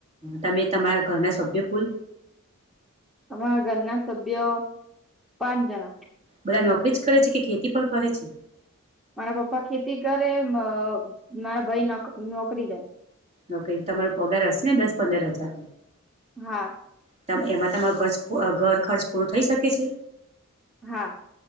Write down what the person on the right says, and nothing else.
તમે તમારા ઘરના સભ્યો કુલ.
બધા નોકરી જ કરે છે, કે ખેતી પણ કરે છે?
નોકરી તમારો પગાર હશે ને દસ પંદર હજાર
તમ એમાં તમારો ઘરચ પૂ ઘર ખર્ચ પૂરો થઈ શકે છે?